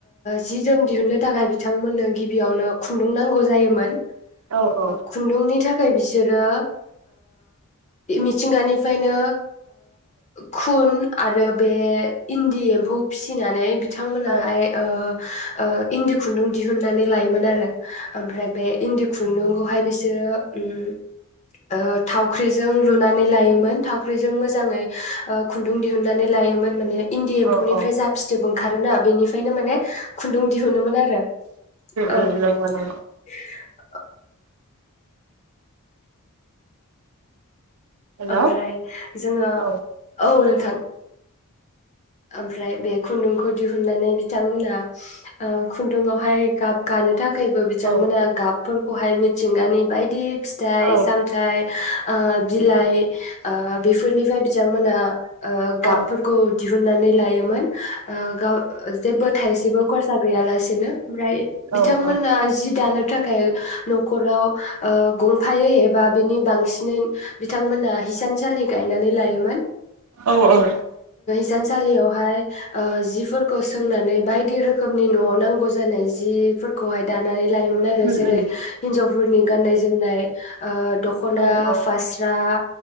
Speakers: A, on the left (about 30°); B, on the right (about 70°).
A: जि जोम दिहुननो थाखाय बिथांमोननो गिबियावनो खुन्दुं नांगौ जायोमोन
B: औ औ
A: खुन्दुंनि थाखाय बिसोरो मिथिंगानिफ्रायनो खुन आरो बे इन्दि एम्फौ फिसिनानै बिथांमोनाहाय
B: ओं
A: ओ इन्दि खुन्दुं दिहुनन्नानै लायोमोन आरो । ओमफ्राय बे इन्दि खु न्दुंखौहाय बिसोरो ओम ओ थावख्रि जों लु नानै लायोमोन थावख्रिजों मोजाङै ओ खुन्दुं दिहुनन्नानै लायोमोन माने इन्दि एम्फौनिफ्राय
B: ओं उम
A: जा फिथोब ओं खारोना बेनि खायनो माने खुन्दुं दिहुनोमोन आरो औ
B: उम
A: ।
B: नंगौ नंगौ हेल'
A: ओमफ्राय जोङो
B: औ
A: औ नों थां आमफ्राय बे खुन्दुंखौ दिहुननानै बिथांमोना ओ खुन्दुंवाहाय गाब गानो थाखायबो बिथांमोना
B: औ
A: गाबफोरखौहाय मिथिंगानि बायदि फिथाइ
B: औ
A: सामथाइ आ बि लाइ ओ बेफोरनिफाय बि थियांमोना ओ गाबफोरखौ
B: औ
A: दिहुनन्नानै लायोमोन ओ गाव जेबो थाइ सेबो खरसा गैयालासेनो । ओमफ्राय
B: औ
A: बिथांमोना
B: औ
A: जि दानो थाखाय न'खराव ओ गंफायै एबा बिनि बांसिनै बिथांमोनहा हिसानसालि गायनानै लायोमोन ।
B: औ औ ।
A: सानलियावहाय ओ जिफोरखौ सोंनानै बायदि रोखोमनि न'आव नांगौ जानाय जिफोरखौहाय दा नानै लायोमोन आरो
B: उम
A: । जेरै
B: उम
A: हिनजाव फोरनि गाननाय जोमनाय ओ दख'ना
B: औ औ
A: फास्र आ